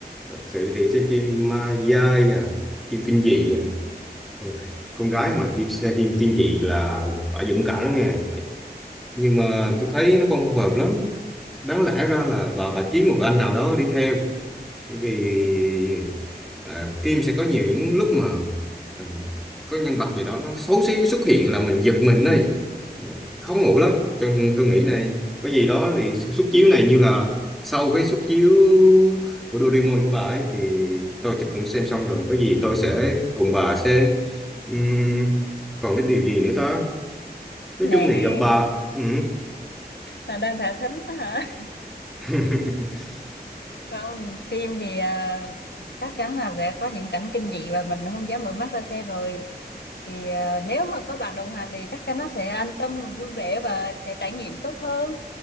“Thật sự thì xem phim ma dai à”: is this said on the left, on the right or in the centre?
Centre